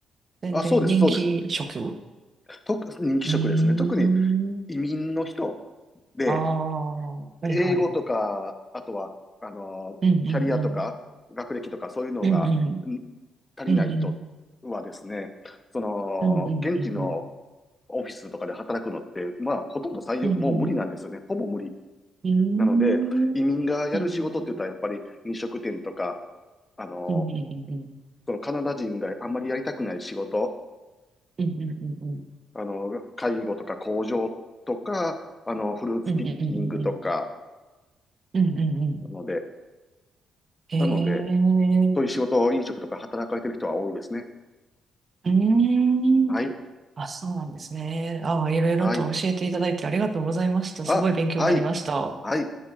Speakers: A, on the right; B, on the left.
A: 全然人気職う
B: あ、そうです、そうです。と人気職ですね。
A: ーん。
B: 特に移民の人で、
A: ああ、はいはい。
B: 英語とか、あとは、あの、
A: うんうんうん。
B: キャリアとか、学歴とか、そういうのがん
A: うんうん。
B: 足りない人はですね、
A: うんうん。
B: その、
A: うんうんうんうん。
B: 現地のオフィスとかで働くのって、まあ、ほとんど採用、
A: うんうん。
B: もう無理なんですよね。ほぼ無理。
A: うーん。
B: なので、
A: うんうんうん。
B: 移民がやる仕事って言ったら、やっぱり飲食店とか、あの、
A: うんうんうんうん。
B: そのカナダ人があんまりやりたくない仕事、
A: うんうんうんうん。
B: あの、介護とか工場とか、あの、フルーツピッキングとか、
A: うんうんうんうん。うんうんうん。
B: ので、
A: へえ。
B: なので、
A: う
B: そういう仕事、飲食とか働かれてる人は多いですね。
A: ーん。
B: はい、
A: あ、そうなんですね。ああ、いろいろと教えていただいてありがとうございました。
B: はい、
A: すごい勉強になりました。
B: あ、はい、はい。